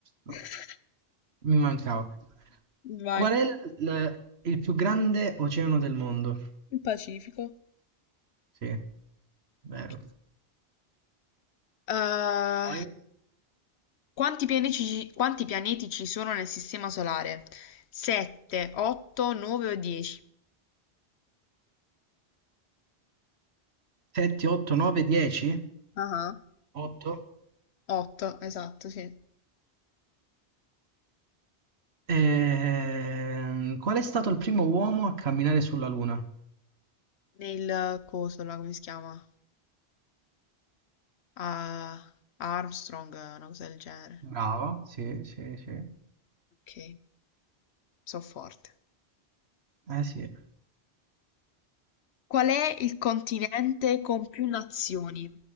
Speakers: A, on the right; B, on the left.
A: No,
B: <laughs>
A: mi mancava.
B: Vai.
A: Qual è il, il più grande oceano del mondo?
B: Il Pacifico.
A: Sì, vero.
B: Ok. Eh,
A: Poi
B: quanti pianeti ci, quanti pianeti ci sono nel Sistema Solare? 7, 8, 9 o 10?
A: 7, 8, 9, 10?
B: Ah,
A: 8.
B: 8, esatto, sì.
A: Ehm, qual è stato il primo uomo a camminare sulla Luna?
B: Nel coso là, come si chiama? a a Armstrong, una cosa del genere.
A: Bravo. Sì, sì, sì.
B: Ok, so forte.
A: Eh sì.
B: Qual è il continente con più nazioni?